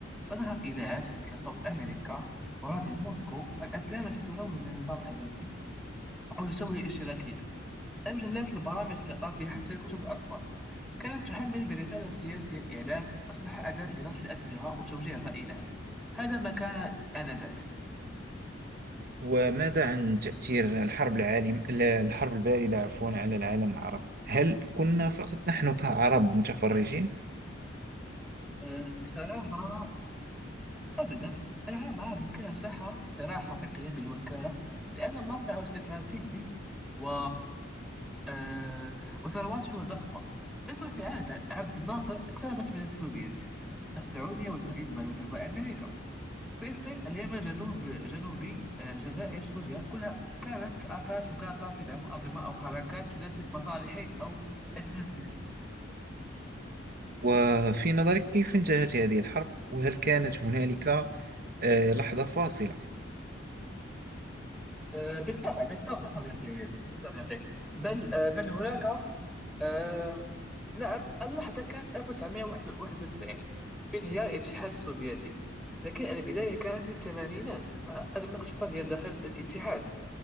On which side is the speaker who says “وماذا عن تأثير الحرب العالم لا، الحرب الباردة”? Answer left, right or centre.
Right